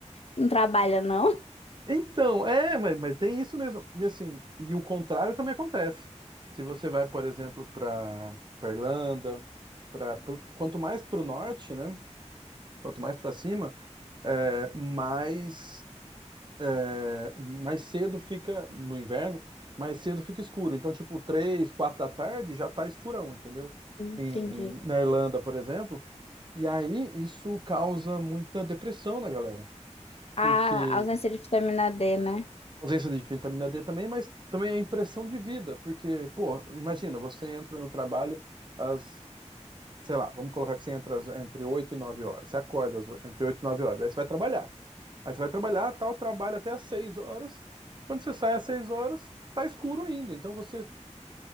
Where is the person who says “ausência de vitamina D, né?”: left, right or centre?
Left